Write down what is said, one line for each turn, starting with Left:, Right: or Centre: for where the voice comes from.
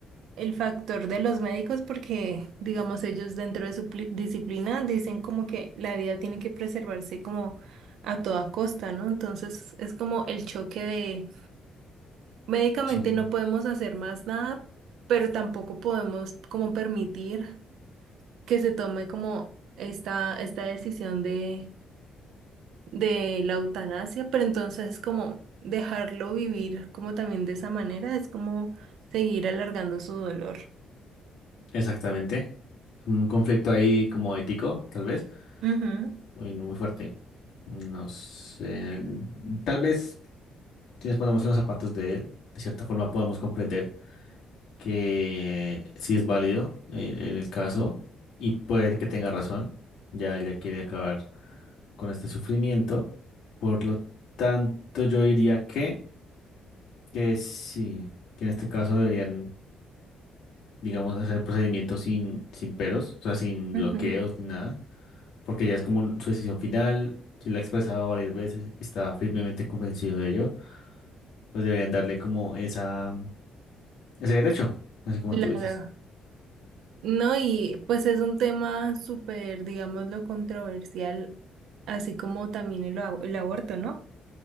Right: el factor de los médicos, porque digamos ellos dentro de su pli- disciplina dicen como que la vida tiene que preservarse como a toda costa, ¿no? Entonces es como el choque de médicamente
Left: Sí.
Right: no podemos hacer más nada, pero tampoco podemos como permitir que se tome como esta, esta decisión de de la eutanasia, pero entonces como dejarlo vivir como también de esa manera es como seguir alargando su dolor.
Left: Exactamente. Un conflicto ahí como ético, tal vez,
Right: Ujú,
Left: muy, muy fuerte. No sé, tal vez si nos ponemos en los zapatos de él, de cierta forma podamos comprender que sí es válido el, el caso y puede que tenga razón. Ya ella quiere acabar con este sufrimiento. Por lo tanto, yo diría que, que sí, que en este caso deberían, digamos, hacer el procedimiento sin, sin peros, o sea, sin
Right: Ujú.
Left: bloqueos ni nada, porque ya es como un- su decisión final. Si la ha expresado varias veces y está firmemente convencido de ello, pues deberían darle como esa, ese derecho, así como
Right: Claro.
Left: tú dices.
Right: No, y pues es un tema súper, digámoslo, controversial, así como también el, ab- el aborto, ¿no?